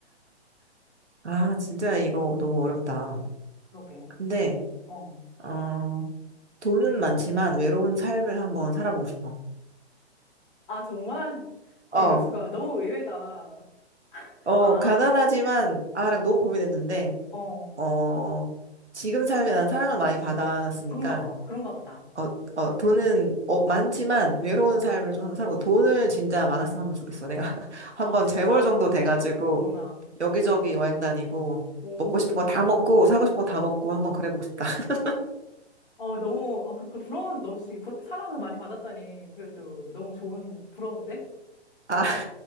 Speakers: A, on the right; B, on the left.
A: 아, 진짜 이거 너무 어렵다.
B: 그러게.
A: 근데,
B: 어.
A: 어, 돈은 많지만 외로운 삶을 한번 살아보고 싶어.
B: 아, 정말? 어,
A: 어,
B: 이럴 수가. 너무 의외다.
A: 어,
B: 아,
A: 가난하지만, 아랑
B: 어,
A: 너무 고민했는데,
B: 어.
A: 어, 지금 삶에 난 사랑을 많이 받았으니까,
B: 그런가 봐. 그런가 보다.
A: 어, 어, 돈은, 어, 많지만 외로운
B: 어.
A: 삶을 좀 한번 살고, 돈을 진짜 많았으면 한번 좋겠어. 내가 <laughs> 한번
B: 아, 진짜?
A: 재벌 정도 돼가지고,
B: 어머나.
A: 여기저기 여행 다니고
B: 오.
A: 먹고 싶은 거 다 먹고 사고 싶은 거 다 먹고 한번 그래보고 싶다. <laughs>
B: 어, 너무, 어, 그렇게 부러운, 너도 되게 부러, 사랑을 많이 받았다니. 그래도 너무 좋은, 부러운데?
A: 아,